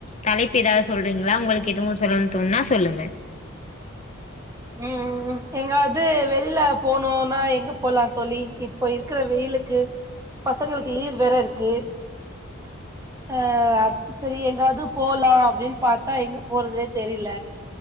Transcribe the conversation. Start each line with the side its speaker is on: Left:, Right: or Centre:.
Left: தலைப்பு ஏதாவது சொல்றீங்களா உங்களுக்கு எதுவு சொல்லணு தோண்ணா சொல்லுங்க
Right: உம் ம் ம் எங்காவது வெளில போனுனா எங்க போலா தோழி இப்போ இருக்குற வெயிலுக்கு பசங்களுக்கு லீவ் வேற இருக்கு ஆஹ் செரி எங்காவது போலா அப்டின் பாத்தா எங்க போறதுனே தெரில